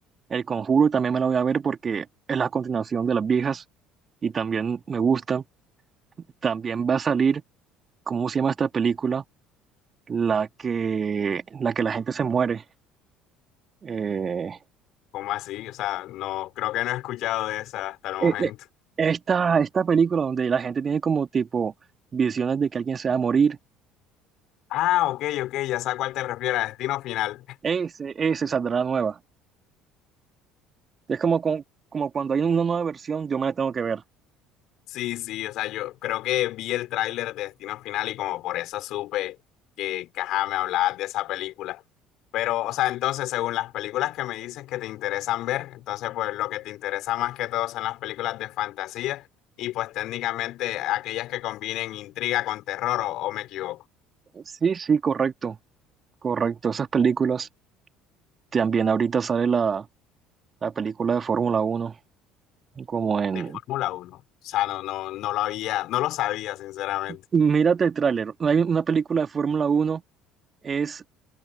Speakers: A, on the right; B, on the left.
A: El Conjuro también me la voy a ver porque es la continuación de las viejas y también me gusta. También va a salir, ¿cómo se llama esta película? La que, la que la gente se muere. Eh,
B: ¿Cómo así? O sea, no, creo que no he escuchado de esa hasta el momento.
A: Eh, eh, Esta, esta película donde la gente tiene como tipo visiones de que alguien se va a morir,
B: Ah, ok, ok, ya sé a cuál te refieres, a Destino Final.
A: ese, ese saldrá nueva. Es como, con- como cuando hay una nueva versión, yo me la tengo que ver.
B: Sí, sí, o sea, yo creo que vi el tráiler de Destino Final y como por eso supe que, que ajá, me hablabas de esa película. Pero, o sea, entonces, según las películas que me dices que te interesan ver, entonces, pues lo que te interesa más que todo son las películas de fantasía y pues técnicamente aquellas que combinen intriga con terror, o, o me equivoco.
A: Sí, sí, correcto, correcto. Esas películas, también ahorita sale la, la película de Fórmula uno como en...
B: De Fórmula uno, o sea, no, no, no lo había, no lo sabía, sinceramente.
A: Mírate el tráiler, hay una película de Fórmula uno es